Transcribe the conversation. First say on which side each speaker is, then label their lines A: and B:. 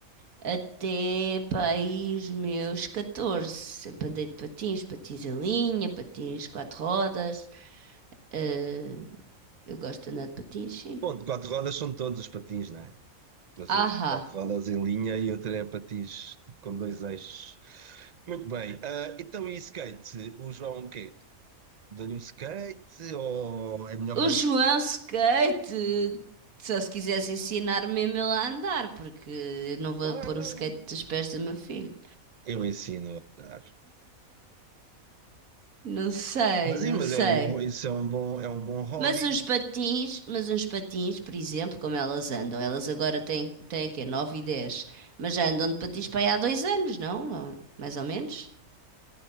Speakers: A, on the right; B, on the right.
A: até para aí os meus catorze Sempre andei de patins, patins em linha, patins quatro rodas. Eh, eu gosto de andar de patins, sim.
B: Bom, de quatro rodas são todos os patins, não é? Mas
A: Ahá.
B: um de quatro rodas em linha e outro é patins com dois eixos. Muito bem. Ah, então, e skate? O João, o quê? Dou-lhe um skate ou é melhor
A: O
B: para
A: João
B: ti?
A: Skate! Só se quiseres ensinar mesmo ele a andar, porque eu não vou
B: Claro,
A: pôr um skate dos pés do meu filho.
B: eu ensino a dar.
A: Não sei,
B: Mas
A: não
B: sim, mas
A: sei.
B: é, um- isso é um bom, é um bom hobby.
A: Mas uns patins, mas uns patins, por exemplo, como elas andam, elas agora têm, têm que é 9 e 10, mas já andam de patins para aí há dois anos, não? Ou- Mais ou menos.